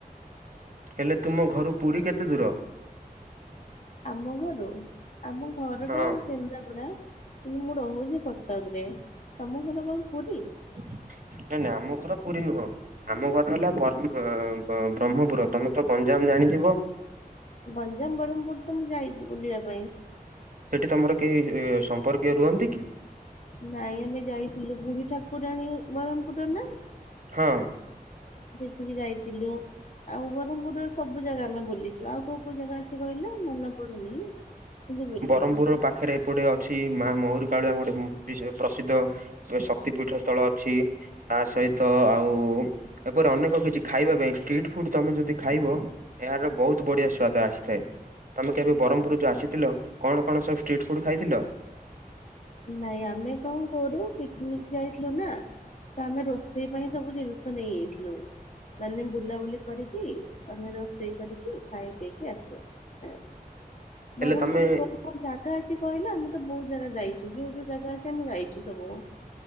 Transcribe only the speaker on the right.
ହେଲେ ତୁମ ଘରୁ ପୂରୀ କେତେ ଦୂର?
ହଁ
ନାଇଁ, ନାଇଁ, ଆମ ଘର ପୂରୀ ନୁହଁ। ଆମ ଘର ହେଲା ବର- ବ୍ରହ୍ମପୁର। ତମେ ତ ଗଞ୍ଜାମ ଜାଣିଥିବ?
ସେଠି ତମର କେହି ସମ୍ପର୍କୀୟ ରୁହନ୍ତି କି?
ହଁ।
ବ୍ରରହ୍ମମ ପୁର ପାଖରେ ଏପଟେ ଅଛି, ମା ମହୁରି କାଳୁଆ ଗୋଟେ ପ୍ରସିଦ୍ଧ ଶକ୍ତିପୀଠ ସ୍ଥଳ ଅଛି। ତା ସହିତ ଆଉ ଏପରି ଅନେକ କିଛି ଖାଇବା ପାଇଁ ଷ୍ଟ୍ରିଟ୍ ଫୁଡ ତମେ ଯଦି ଖାଇବ ଏହାର ବହୁତ ବଢିଆ ସ୍ଵାଦ ଆସିଥାଏ, ତମେ କେବେ ବ୍ରହ୍ମପୁର ଯୋଉ ଆସି ଥିଲ। କଣ କଣ ସବୁ ଷ୍ଟ୍ରିଟ୍ ଫୁଡ୍ ଖାଇଥିଲ?
ହେଲେ ତମେ